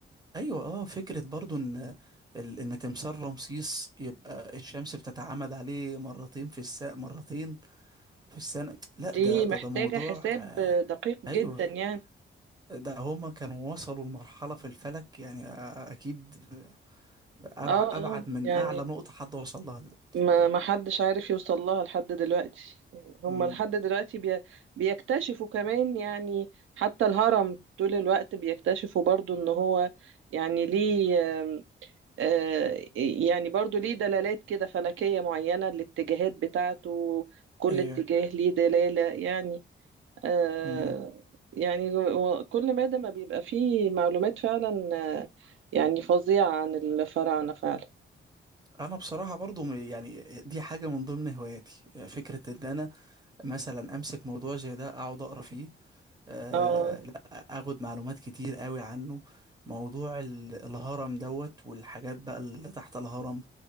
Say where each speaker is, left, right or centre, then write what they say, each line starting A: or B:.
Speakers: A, on the right; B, on the right.
A: ايوه اه فكره برضو ان ال- ان تمثال رمسيس يبقى الشمس بتتعامد عليه مرتين في الساعه مرتين في السنه لا
B: دي
A: ده ده
B: محتاجة
A: ده موضوع
B: حساب
A: آه،
B: دقيق
A: ايوه
B: جدا يعني
A: ده هما كانوا وصلوا لمرحلة في الفلك يعني أ- أكيد أبعد
B: اه
A: أبعد
B: اه
A: من
B: يعني
A: أعلى نقطة حد وصل لها دلوقتي
B: ما ما حدش عارف يوصل لها لحد دلوقتي يعني هم
A: أمم،
B: لحد دلوقتي بي... بيكتشفوا كمان يعني حتى الهرم طول الوقت بيكتشفوا برضو ان هو يعني ليه آم، آه، يعني برضو ليه دلالات كده فلكية معينة الاتجاهات بتاعته كل
A: أيوه
B: اتجاه ليه دلالة يعني آه،
A: أمم.
B: يعني و- كل مادة ما بيبقى فيه معلومات فعلا آه، يعني فظيعة عن الفراعنة فعلا
A: أنا بصراحة برضو م- يعني دي حاجة من ضمن هواياتي فكرة إن أنا مثلا أمسك موضوع زي ده أقعد أقرأ فيه آه
B: اه
A: لا أخد معلومات كتير قوي عنه موضوع ال- الهرم دوت والحاجات بقى اللي تحت الهرم